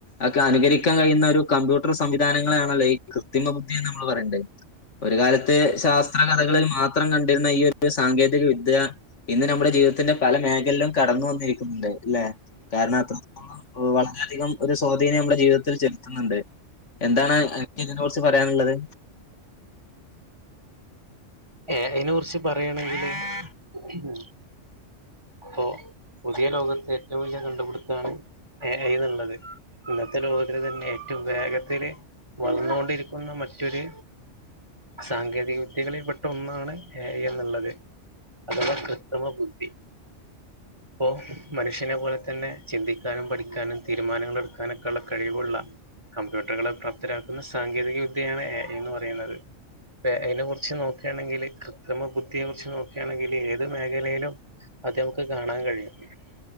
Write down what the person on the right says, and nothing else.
എ ഐ നെ കുറിച്ച് പറയാണെങ്കില് ഉം പ്പോ പുതിയ ലോകത്ത് ഏറ്റവും വലിയ കണ്ടുപിടുത്താണ് ഏ ഐ എന്നുള്ളത് ഇന്നത്തെ ലോകത്തിലന്നെ ഏറ്റവും വേഗത്തില് വളന്നുകൊണ്ടിരിക്കുന്ന മറ്റൊരു സാങ്കേതിക വിദ്യകളിൽ പെ ട്ട ഒന്നാണ് എ ഐ എന്നുള്ളത് അഥവാ കൃത്രിമ ബുദ്ധി പ്പോ മനുഷ്യനെ പോലെ തന്നെ ചിന്തിക്കാനും പഠിക്കാനും തീരുമാനങ്ങള് എടുക്കാനൊക്കെള്ള കഴിവുള്ള കമ്പ്യൂട്ടറുകളെ പ്രാപ്തരാക്കുന്ന സാങ്കേതിക വിദ്യയാണ് എ ഐ എന്ന് പറയുന്നത് പ്പെ അയിനെ കുറിച്ച് നോക്കാണെങ്കില് കൃത്രിമ ബുദ്ധിയെ കുറിച്ച് നോക്കാണെങ്കില് ഏത് മേഖലേലും അത് നമുക്ക് കാണാൻ കഴിയും